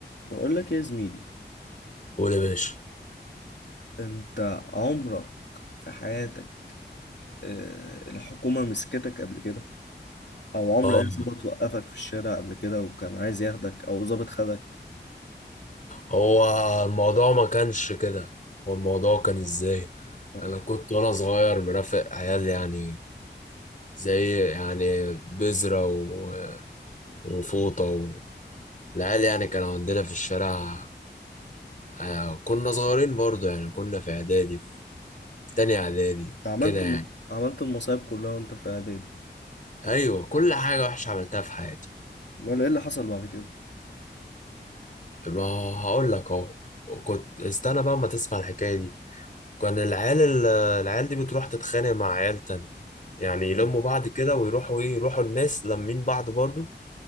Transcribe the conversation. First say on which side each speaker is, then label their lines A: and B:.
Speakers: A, on the left; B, on the left.
A: بقول لك إيه يا زميلي
B: قول يا باشا
A: انت عمرك في حياتك آه، الحكومة مسكتك قبل كده او عمر
B: اه
A: اي ظابط وقفك في الشارع قبل كده وكان عايز ياخدك او ظابط خدك
B: هو الموضوع ما كانش كده هو الموضوع كان ازاي
A: اه.
B: انا كنت وانا صغير مرافق عيال يعني زي يعني بذرة و- وفوطة و... العيال يعني كان عندنا في الشارع آه، كنا صغيرين برضو يعني كنا في اعدادي في تاني اعدادي
A: انت عملت
B: كده يعني
A: الم... عملت المصايب كلها وانت في اعدادي
B: ايوه كل حاجة وحشة عملتها في حياتي
A: امال ايه اللي حصل بعد كده
B: ما هقول لك اهو وكنت استنى بقى ما تسمع الحكاية دي كان العيال ال- العيال دي بتروح تتخانق مع عيال تانية يعني يلموا
A: اه
B: بعض كده ويروحوا ايه يروحوا الناس لمين بعض برضو